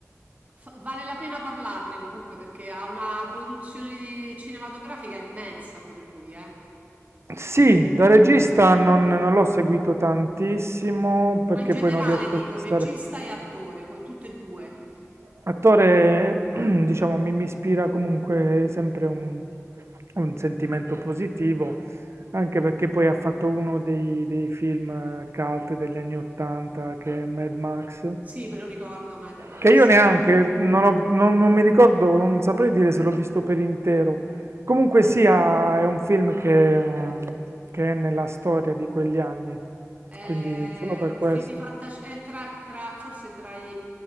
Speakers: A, on the right; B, on the right.
A: fa- vale la pena parlarne comunque perché ha una produzione di- cinematografica immensa pure lui, eh.
B: Sì, da regista non, non l'ho seguito tantissimo perché
A: Ma in generale
B: poi non riesco
A: dico
B: a stare.
A: regista e attore, con tutte e due.
B: Attore, <clears throat> diciamo, mi, mi ispira comunque sempre un, un sentimento positivo, anche perché poi ha fatto uno dei, dei film eh, cult degli anni 80 che è Mad Max.
A: Sì, me lo ricordo, Mad Max.
B: Che io neanche, non, ho- non- non mi ricordo, non saprei dire se l'ho visto per intero. Comunque sia, è un film che, mm, che è nella storia di quegli anni,
A: È
B: quindi solo per
A: un
B: questo.
A: film di fantascienza, è tra, tra- forse tra i